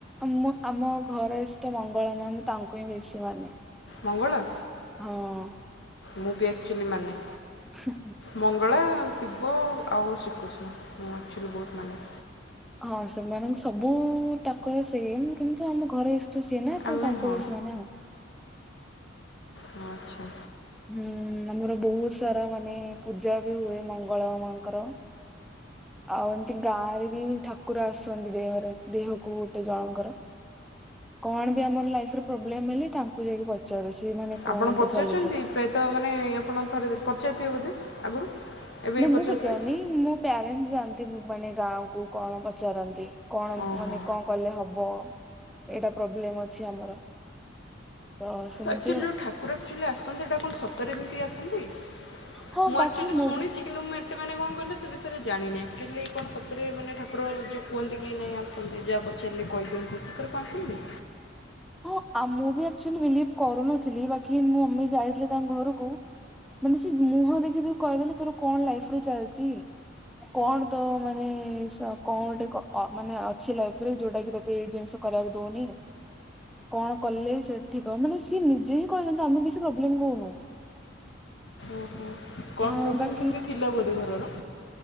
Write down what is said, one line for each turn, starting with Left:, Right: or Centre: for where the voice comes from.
Centre: ମୁଁ ଆମ ଘର ଇଷ୍ଟ ମଙ୍ଗଳ ମା ମୁଁ ତାଙ୍କୁ ହିଁ ବେଶୀ ମାନେ।
Left: ମଙ୍ଗଳା।
Centre: ହଁ।
Left: ମୁଁ ବି ଆକ୍ଚୁଆଲି ମାନେ।
Centre: ହୁଁ ହୁଁ।
Left: ମଙ୍ଗଳା ଶିବ ଆଉ ଶ୍ରୀକୃଷ୍ଣ ମୁଁ ଆକ୍ଚୁଆଲି ବହୁତ ମାନେ।
Centre: ହଁ ସେମାନଙ୍କୁ ସବୁ ଠାକୁର ସେମ୍ କିନ୍ତୁ ଆମ ଘରେ ତ ସିଏ ନା ତ
Left: ଆମେ
Centre: ତାଙ୍କ
Left: ହଁ
Centre: ବି ସେ ମାନେ ଆଁ <unintelligible>
Left: ହଁ ଆଚ୍ଛା।
Centre: ହୁଁ ଆମର ବହୁତ ସାରା ମାନେ ପୂଜା ବି ହୁଏ ମଙ୍ଗଳା ମାଆଙ୍କର। ଆଉ ଏମିତି ଗାଁରେ ବି ଠାକୁର ଆସୁଛନ୍ତି ଦେହରେ ଦେହକୁ। ସେ ଜଣଙ୍କର କଣ ବି ଆମର ଲାଇରେ ପ୍ରୋବ୍ଲେମ ହେଲେ ତା <unintelligible> କୁ ଯାଇକି ପଚାରୁଚି ମାନେ କୁହନ୍ତୁ
Left: ଆପଣ ପଚାରୁଛନ୍ତି
Centre: ସଲୁସନ୍।
Left: ପ୍ରାୟତଃ ମାନେ ଆପଣ ଥରେ ପଚାରିଥିବେ ବୋଧେ ଆଗରୁ? ଏବେ
Centre: ନାଁ
Left: ବି
Centre: ମୁଁ
Left: ପଚାରୁଥିବେ
Centre: ପଚାରିନି। ମୋ ପ୍ୟାରେଣ୍ଟ ଯାଆନ୍ତି ମାନେ ଗାଁ କୁ କଣ ପଚାରନ୍ତି କଣ
Left: ଓହୋ।
Centre: ମାନେ କଣ କଲେ ହବ ଏଇଟା ପ୍ରୋବ୍ଲେମ ଅଛି ଆମର। ତ ସେମିତି
Left: ଆକ୍ଚୁଆଲି
Centre: ଆଉ
Left: ଠାକୁର ଆକ୍ଚୁଆଲି ଆସନ୍ତି ସେଇଟା କଣ ସତରେ ଏମିତି ଆସନ୍ତି?
Centre: ହଁ
Left: ମୁଁ ଆକ୍ଚୁଆଲି
Centre: ବାକି ମୁଁ
Left: ଶୁଣିଛି।
Centre: ବି
Left: କିନ୍ତୁ ମୁଁ ଏତେ ମ କଣ କିଲ ସେ ବିଷୟରେ ଜାଣିନି ଆକ୍ଚୁଆଲି କଣ ସତରେ ମାନ ଠାକୁର ଯେଉଁ କୁହନ୍ତି କି ନାହିଁ ଆଉ ଯାହା ପଚାରିଲେ କହିଦିଅନ୍ତି ସେଥିରେ କଣ ଆସନ୍ତି।
Centre: ହଁ ଆମ ମୁଁ ବି ଅକ୍ଚଲି ବିଲିଭି କରୁନଥିଲି ବାକି ମୁଁ ମମି ଯାଇଥିଲେ ତାଙ୍କ ଘରକୁ। ମାନେ ସେ ମୁହଁ ଦେଖି କହିଦେଲେ ତୋର କଣ ଲାଇଫ ରେ ଚାଲିଛି। କଣ ତ ମାନେ କଣ ଗୋଟେ କ ମାନେ ଅଛି ଲାଇଫ ରେ ଯୋଉଟା କି ତତେ ଏ ଜିନିଷ କରିବାକୁ ଦଉନି। କଣ କଲେ ସେଠି ଠିକ୍ ହବ ମାନେ ସିଏ ନିଜେ ହିଁ କହିଛନ୍ତି ଆମେ କିଛି ପ୍ରୋବ୍ଲେମ କହୁନୁ।
Left: ଓହୋ କଣ
Centre: ହଁ
Left: ପ୍ରୋବ୍ଲେମ
Centre: ବାକି
Left: ଏଇମିତି ଥିଲା ବୋଧେ ଘରର।